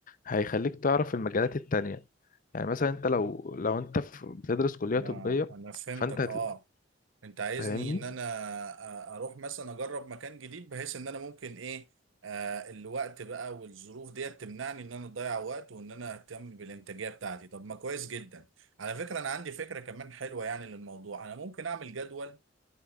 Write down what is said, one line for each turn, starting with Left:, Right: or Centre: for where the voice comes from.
Left: هيخليك تعرف المجالات التانية يعني مثلا انت لو لو انت في- بتدرس كلية
Right: انا
Left: طبية
Right: انا فهمتك
Left: فانت هت-
Right: اه انت عايزني
Left: فاهمني
Right: ان انا أ- اروح مثلا اجرب مكان جديد بحيث ان انا ممكن ايه آه الوقت بقى والظروف ديت تمنعني ان انا اضيع وقت وان انا اهتم بالانتاجيه بتاعتي طب ما كويس جدا على فكره انا عندي فكره كمان حلوه يعني للموضوع انا ممكن اعمل جدول